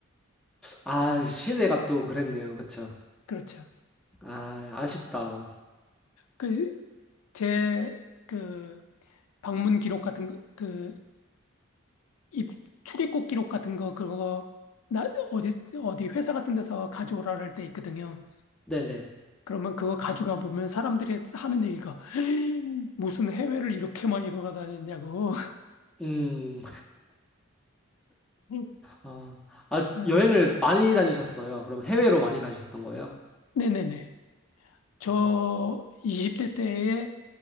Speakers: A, in the centre; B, on the left (about 85°).
A: 아, 시내가 또 그랬네요. 그쵸?
B: 그렇죠.
A: 아, 아쉽다.
B: 그, 제, 그, 방문 기록 같은 거, 그, 입, 출입국 기록 같은 거, 그거, 나, 어디, 어디 회사 같은 데서 가져오라 할 때 있거든요.
A: 네네.
B: 그러면 그거 가져가 보면 사람들이 하는 얘기가, <laughs> 무슨 해외를 이렇게 많이 돌아다녔냐고.
A: 음,
B: <laughs>
A: 아, 아,
B: 음.
A: 여행을
B: 어,
A: 많이 다니셨어요. 그럼 해외로 많이 가셨던 거예요?
B: 네네네. 저
A: 아,
B: 20대 때에